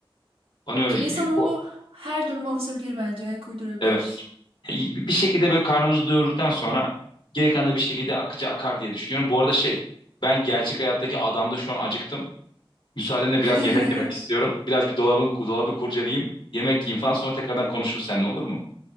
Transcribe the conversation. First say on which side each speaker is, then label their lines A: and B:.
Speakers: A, on the left; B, on the right.
A: Bana öyle
B: Ki insanoğlu
A: gibi geliyor. Bu-
B: her duruma alışabilir bence. Ayak uydurabilir.
A: Evet. Yani bir şekilde böyle karnımızı doyurduktan sonra geri kalan da bir şekilde akıcı akar diye düşünüyorum. Bu arada şey ben gerçek hayattaki adamda şu an acıktım. Müsaadenle
B: <laughs>
A: biraz yemek yemek istiyorum. Biraz bir dolabın dolabı kurcalayayım. Yemek yiyeyim falan sonra tekrardan konuşuruz seninle olur mu?